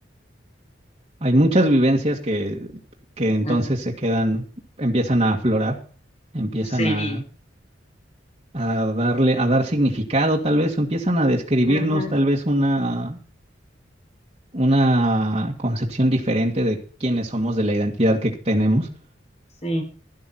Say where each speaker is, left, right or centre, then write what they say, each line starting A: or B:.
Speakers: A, on the right (about 35°); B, on the left (about 35°).
A: hay muchas vivencias que, que entonces
B: Ujú.
A: se quedan, empiezan a aflorar, empiezan
B: Sí,
A: a, a darle, a dar significado tal vez, o empiezan a describirnos
B: ujú,
A: tal vez una una concepción diferente de quiénes somos, de la identidad que tenemos,
B: sí.